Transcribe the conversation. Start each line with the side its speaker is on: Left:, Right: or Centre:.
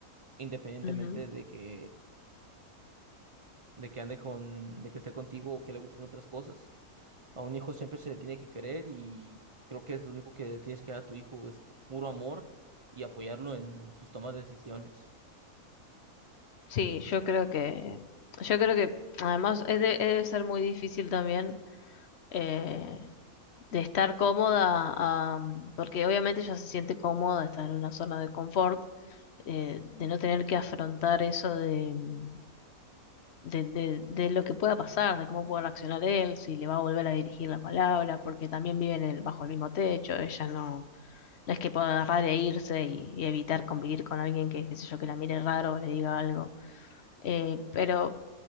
Right: independientemente
Left: Ujú.
Right: de que, de que ande con, de que esté contigo o que le gusten otras cosas. A un hijo siempre se le tiene que querer y creo que es lo único que le tienes que dar a tu hijo, es puro amor y apoyarlo en sus tomas de decisiones.
Left: sí, yo creo que, yo creo que además es de- debe ser muy difícil también. eh, de estar cómoda, a- porque obviamente ella se siente cómoda, está en una zona de confort, eh, de no tener que afrontar eso de, mm, de, de, de lo que pueda pasar, de cómo pueda reaccionar él, si le va a volver a dirigir la palabra, porque también viven en- bajo el mismo techo, ella no, no es que pueda agarrar e irse y, y evitar convivir con alguien que, qué sé yo, que la mire raro o le diga algo. Eh, pero